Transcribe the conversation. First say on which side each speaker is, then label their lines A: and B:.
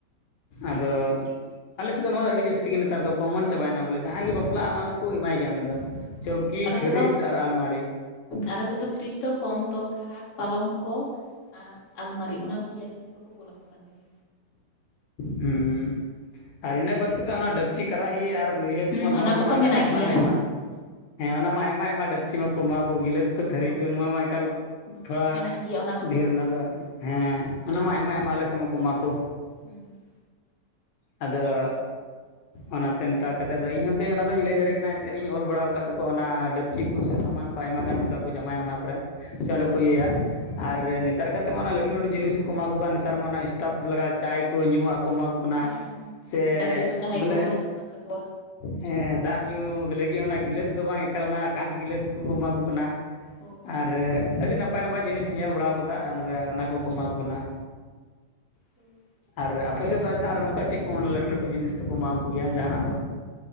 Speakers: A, on the left; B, on the left.
A: ᱟᱫᱚ ᱟᱞᱮ ᱥᱮᱜ ᱫᱚ ᱱᱚᱣᱟ ᱜᱮ ᱟᱹᱰᱤ ᱡᱟᱹᱥᱼᱼ ᱛᱤ ᱜᱤ ᱱᱮᱛᱟᱨ ᱫᱚ ᱠᱚᱢᱚᱱ ᱪᱟᱵᱟᱭᱮᱱᱟ ᱵᱚᱞᱮ ᱡᱟᱦᱟᱸᱭ ᱜᱮ ᱵᱟᱯᱞᱟᱜᱟ ᱚᱱᱟ ᱫᱚᱠᱚ ᱮᱢᱟᱭ ᱜᱮᱭᱟ ᱩᱱᱤ ᱫᱚᱼᱼ
B: ᱦᱳᱭ
A: ᱪᱟᱹᱣᱠᱤ
B: ᱟᱞᱮ
A: ᱯᱷᱤᱨᱤᱡᱽ
B: ᱥᱮᱫ ᱫᱚ
A: ᱟᱨ ᱟᱞᱢᱟᱨᱤᱼᱼ
B: ᱟᱞᱮ ᱥᱮᱜ ᱫᱚ ᱯᱷᱨᱤᱡᱽ ᱫᱚ ᱠᱚᱢ ᱛᱚ ᱠᱷᱟᱴ ᱯᱟᱞᱚᱝᱠᱚᱼᱼ ᱟᱨ ᱟᱞᱢᱟᱨᱤ ᱚᱱᱟ ᱯᱮᱭᱟ ᱡᱤᱱᱤᱥ ᱫᱚᱠᱚ ᱠᱳᱞ ᱟᱠᱚ ᱠᱟᱱ ᱜᱮᱭᱟ᱾
A: ᱦᱩᱸ ᱟᱨ ᱤᱱᱟᱹ ᱵᱟᱫ ᱠᱟᱛᱮᱜ ᱚᱱᱟ ᱰᱟᱹᱯᱪᱤ ᱠᱟᱨᱟᱦᱤ ᱟᱨ ᱞᱩᱭᱦᱟᱹ
B: ᱦᱩᱸ
A: ᱠᱚᱢᱟ ᱱᱚᱣᱟ
B: ᱚᱱᱟ
A: ᱠᱚᱢᱟ
B: ᱠᱚᱛᱚ
A: ᱮᱠᱟᱞ
B: ᱢᱮᱱᱟᱜ
A: ᱟᱭᱢᱟ
B: ᱜᱮᱭᱟ
A: ᱟᱭᱢᱟ᱾ ᱦᱮᱸ ᱚᱱᱟ ᱢᱟ ᱟᱭᱢᱟ ᱟᱭᱢᱟ ᱰᱟᱹᱠᱪᱤ ᱢᱟ ᱠᱩ ᱮᱢᱟ ᱠᱩ ᱜᱤᱞᱟᱹᱥᱼᱼ ᱛᱷᱟᱹᱨᱤ
B: ᱦᱳᱭ
A: ᱠᱚ ᱱᱚᱣᱟ ᱢᱟ ᱮᱠᱟᱞ ᱛᱷᱚᱲᱟ
B: ᱢᱮᱱᱟᱜ ᱜᱮᱭᱟ ᱚᱱᱟ ᱠᱚᱫᱚ
A: ᱰᱷᱤᱨ ᱚᱱᱟᱫᱚᱼᱼ ᱦᱮᱸ ᱚᱱᱟᱢᱟ ᱟᱭᱢᱟ ᱟᱭᱢᱟ ᱟᱞᱮᱥᱮᱱ ᱦᱚᱠᱩ ᱮᱢᱟ ᱠᱚ
B: ᱦᱩᱸ
A: ᱟᱫᱚ ᱚᱱᱟᱛᱮ ᱱᱮᱛᱟᱨ ᱠᱟᱛᱮᱜ ᱫᱚ ᱤᱧ ᱦᱚᱸᱛᱮ ᱚᱱᱟ ᱫᱚᱧ ᱞᱟᱹᱭ ᱫᱟᱲᱮᱜ ᱠᱟᱱᱟ ᱮᱱᱮᱫ ᱤᱧ ᱚᱞ ᱵᱟᱲᱟᱣ ᱟᱠᱟᱜ ᱛᱟᱠᱚᱣᱟ ᱚᱱᱟ ᱰᱟᱹᱠᱼᱼ ᱪᱤ ᱠᱩ ᱥᱮ ᱥᱟᱢᱟᱱ ᱠᱚ ᱟᱭᱢᱟ ᱜᱟᱱ ᱚᱱᱠᱟ ᱠᱚ ᱡᱟᱢᱟᱭᱚᱜ ᱚᱱᱟ ᱠᱚᱨᱮ ᱥᱮ ᱚᱸᱰᱮ
B: ᱚ
A: ᱠᱚ ᱤᱭᱟᱹᱭᱟ
B: ᱦᱩᱸ
A: ᱟᱨ ᱱᱮᱛᱟᱨ ᱠᱟᱛᱮ ᱱᱤᱛᱚᱜ ᱢᱟ ᱚᱱᱟ ᱞᱟᱹᱴᱩ ᱞᱟᱹᱴᱩ ᱡᱤᱱᱤᱥ ᱦᱚᱠᱚ ᱮᱢᱟ ᱠᱚ ᱠᱟᱱ ᱱᱮᱛᱟᱨ ᱢᱟ ᱚᱱᱟ ᱮᱥᱴᱟᱯᱷ ᱞᱮᱠᱟ ᱪᱟᱭ ᱠᱚ ᱧᱩᱣᱟᱜᱼᱼ ᱠᱚ ᱮᱢᱟ ᱠᱚ ᱠᱟᱱᱟ
B: ᱦᱩᱸ ᱦᱩᱸ
A: ᱥᱮ
B: ᱜᱟᱛᱮ ᱠᱚ ᱡᱟᱦᱟᱸᱭ
A: ᱵᱚᱞᱮ
B: ᱠᱚᱠᱚ ᱦᱤᱡᱩᱜ ᱠᱟᱱ ᱛᱟᱠᱚᱣᱟ
A: ᱦᱮᱸ ᱫᱟᱜ ᱧᱩ ᱞᱟᱹᱜᱤᱫ ᱚᱱᱟ ᱜᱤᱞᱟᱹᱥ ᱫᱚ ᱵᱟᱝ ᱮᱠᱟᱞ ᱚᱱᱟ ᱠᱟᱸᱪ ᱜᱤᱞᱟᱹᱥ ᱠᱚᱠᱚ ᱮᱢᱟ ᱠᱚ ᱠᱟᱱᱟ᱾
B: ᱦᱳᱭ
A: ᱟᱨ ᱟᱹᱰᱤ ᱱᱟᱯ ᱱᱟᱯᱟᱭ ᱱᱟᱯᱟᱭ ᱡᱤᱱᱤᱥᱤᱧ ᱧᱮᱞ ᱵᱟᱲᱟᱣ ᱠᱟᱫᱟ ᱟᱨ ᱚᱱᱟ ᱠᱚᱠᱚ ᱮᱢᱟ ᱠᱚ ᱠᱟᱱᱟ᱾
B: ᱦᱩ
A: ᱟᱨ ᱟᱯᱮ ᱥᱮᱜ ᱫᱚ ᱟᱪᱷᱟ ᱟᱨ ᱚᱱᱠᱟ ᱪᱮᱜ ᱠᱚ ᱞᱟᱹᱴᱩ ᱞᱟᱹᱴᱩ ᱡᱤᱱᱤᱥ ᱫᱚᱠᱚ ᱮᱢᱟ ᱠᱩᱜᱮᱭᱟ ᱡᱟᱦᱟᱱᱟᱜ ᱫᱚᱼᱼ